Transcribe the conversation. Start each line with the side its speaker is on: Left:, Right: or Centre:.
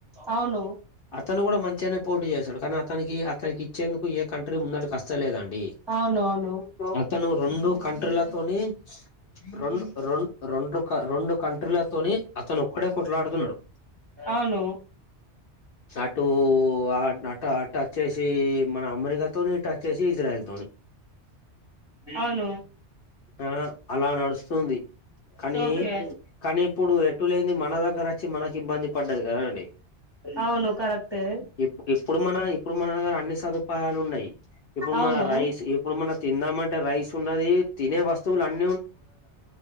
Right: అవును
Left: అతను కూడా మంచిగనే పోటీ చేస్తడు. కానీ అతనికి అతనికి ఇచ్చేందుకు ఏ కంట్రీ ముందటకు వస్త లేదండి.
Right: అవునవును
Left: అతను రెండు కంట్రీలకు, పోని. రొండు రొం రొండు రొండు కంట్రీలతోని అతను ఒక్కడే. కొట్లాడుతున్నాడు
Right: అవును
Left: అటు ఆ అటు అటు వచ్చేసి. చేమ్. మన అమెరికాతోని ఇట్ అచేసి ఇజ్రాయల్ తోని.
Right: అవును అవును
Left: ఆహ్ అలా నడుస్తుంది. కానీ
Right: ఓకే
Left: కానీ ఇప్పుడు ఎటులేని మన దగ్గర వచ్చి మనకి ఇబ్బంది పడ్డది కదాండి.
Right: అవును కరెక్టే
Left: ఇప్పు ఇప్పుడు మన ఇప్పుడు మన దగ్గర అన్ని సదుపాయాలు ఉన్నాయి. ఇప్పుడు
Right: అవును
Left: మన రైస్ ఇప్పుడు మన తిందామంటే టా రైస్. ఉన్నది తినే వస్తువులు అన్.